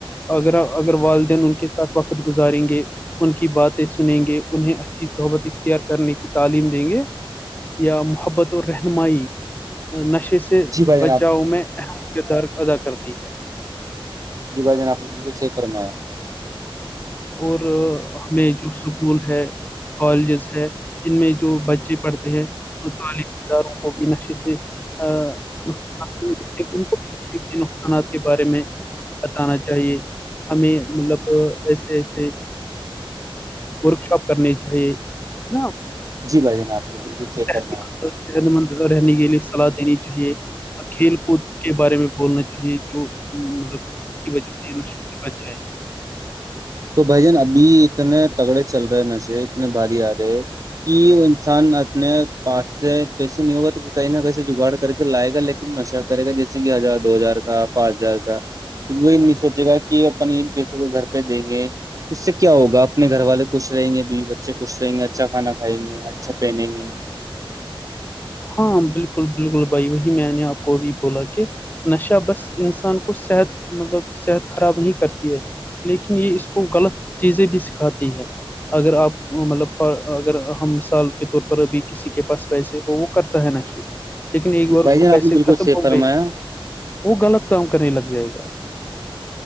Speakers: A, on the left (about 20°); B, on the right (about 35°).
A: اگر اگر والدین ان کے ساتھ وقت گزاریں گے ان کی بات سنیں گے انہیں اچھی محبت اختیار کرنے کی تعلیم دیں گے یا محبت اور رہ رہنمائی نشے سے
B: جی بھائی
A: بچاؤ
B: جان آپ
A: میں اہم کردار ادا کرتی ہے
B: جی بھائی جان آپ نے بالکل صحیک کرنا ہے
A: اور ہمیں جو اسکول ہے کالجز ہے ان میں جو بچے پڑھتے ہیں اور تعلیمی اداروں کو بھی نشے سے <unintelligible> کے نقصانات کے بارے میں <unintelligible> بتانا چاہیے ہمیں مطلب ایسے ورک شاپ کرنی چاہیے <unintelligible> نہ
B: جی بھائی جان آپ نے بالکل صحیح
A: صحت
B: فرمایا
A: مند رہنے کے لیے صلاح دینی چاہیے کھیل کود کے بارے میں بولنا چاہیے جو مطلب اس کی وجہ سے ان کی بچ جائ
B: تو بھائی جان ابھی اتنے تگڑے چل رہے ہیں نشے اتنے باری آ رہے ہے کہ وہ انسان اپنے پاس سے پیسے نہیں ہوگا تو کہیں نہ کہیں سے جگاڑ کر کے لائے گا لیکن نشہ کرے گا جیسے کہ ہزار دو ہزار کا پانچ ہزار کا وہ نہیں سوچے گا کہ اپنے ان پیسوں کو گھر پہ دیں گے اس سے کیا ہوگ اپنے گھر والے خوش رہیں گے بی بچے خوش رہیں گے اچھا کانا کھائیں گے اچھا پہنیں گے
A: ہاں بالکل بالکل بھائی وہی میں نے آپ کو ابھی بولا کہ نشہ بس انسان کو صحت مطلب صحت خراب نہیں کرتی ہے لیکن یہ اس کو غلط چیزیں بھی سکھاتی ہے اگر آپ مطلب اگر ہم مثال کے طور پر ابھی کسی کے پاس پیسے وہ کرتا ہے نشے لیکن ایک بار
B: بھائی
A: اس کو
B: جان آپ
A: پیسے
B: نے بالکل
A: ختم
B: صحیح
A: ہو
B: فرمایا
A: گئے وہ غلط کام کرنے لگ جائے گا